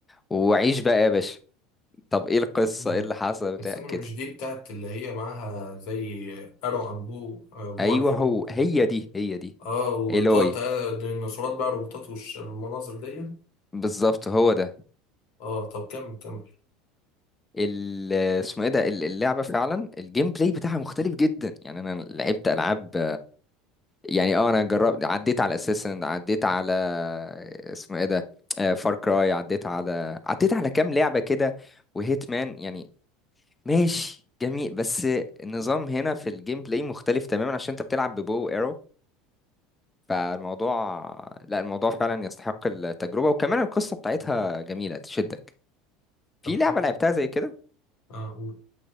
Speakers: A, on the left; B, on the left.
A: وعيش بقى يا باشا طب إيه القصة
B: مم.
A: إيه اللي حصل
B: بس
A: بتاع
B: انا
A: كده
B: مش دي بتاعت اللي هي معاها زي ارو ان بو بو
A: أيوه
B: ان ارو
A: هو هي دي هي دي
B: اه وتقعد
A: إيلوي
B: تق- الديناصورات بقى روبوتات والمناظر دي
A: بالظبط هو ده
B: اه طب كمل كمل
A: ال- اسمه ايه ده ال- اللعبه فعلا الجيم بلاي بتاعها مختلف جدا يعني انا لعبت العاب يعني اه انا جربت عديت على اساسن عديت على اسمه ايه ده فار كراي عديت على عديت على كام لعبه كده وهيت مان يعني ماشي جميل بس النظام هنا في الجيم بلاي مختلف تماما عشان انت بتلعب ببو ايرو فالموضوع لا الموضوع فعلا يستحق التجربه وكمان القصه بتاعتها جميله تشدك في
B: طب
A: لعبه
B: حلو
A: لعبتها زي كده
B: اه قول